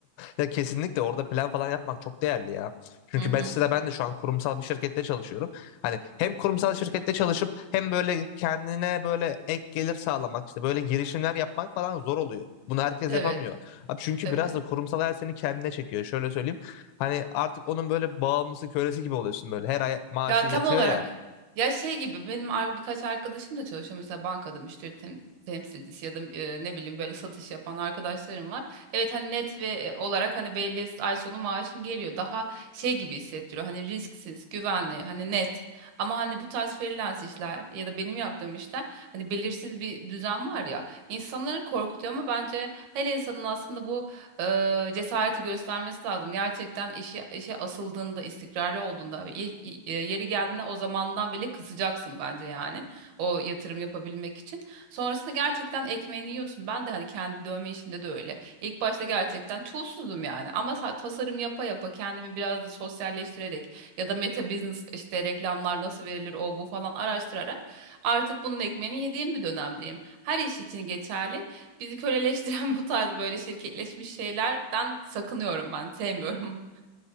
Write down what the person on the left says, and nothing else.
Ya kesinlikle orada plan falan yapmak çok değerli ya. Çünkü
ben size de ben de şu an kurumsal bir şirkette çalışıyorum. Hani hem kurumsal şirkette çalışıp hem böyle kendine böyle ek gelir sağlamak işte böyle girişimler yapmak falan zor oluyor. Bunu herkes
yapamıyor. Abi çünkü
biraz da kurumsal hayat seni kendine çekiyor. Şöyle söyleyeyim. Hani artık onun böyle bağımlısı, kölesi gibi oluyorsun böyle. Her ay maaşın
yatıyor
ya.